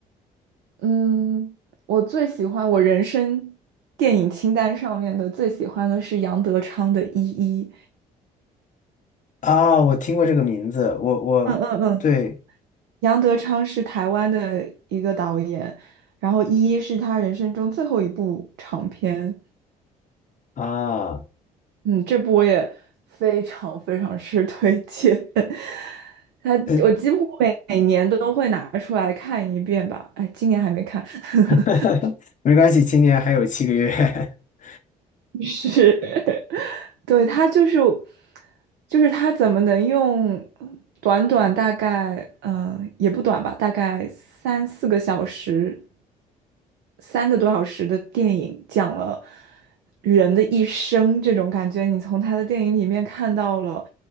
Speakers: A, on the right; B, on the left.
A: 嗯，我最喜欢我人生电影清单上面的最喜欢的是杨德昌的《一一》。
B: 啊，我听过这个名字，我我对
A: 嗯嗯嗯，杨德昌是台湾的一个导演，然后《一一》是他人生中最后一部长片。
B: 啊，
A: 嗯，这部我也非常非常是推荐。<laughs> 他我几乎每每年都会拿出来看一遍吧，
B: 呃
A: 哎，今年还没看。<laughs>
B: <laughs> 没关系，今年还有七个月。<laughs>
A: 是，<laughs> 对，他就是，就是他怎么能用短短大概，嗯、也不短吧，大概三四个小时三个多小时的电影，讲了人的一生这种感觉。你从他的电影里面看到了